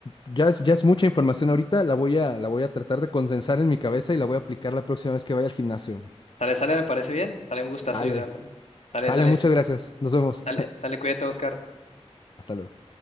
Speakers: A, on the left; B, on the left.
A: ya es, ya es mucha información ahorita, la voy a, la voy a tratar de condensar en mi cabeza y la voy a aplicar la próxima vez que vaya al gimnasio.
B: Sale, sale, me parece bien. Sale
A: Sale,
B: un gustazo ayudarlo. Sale,
A: sale,
B: sale,
A: muchas gracias. Nos vemos.
B: sale, sale, cuídate, Oscar.
A: <laughs> Hasta luego.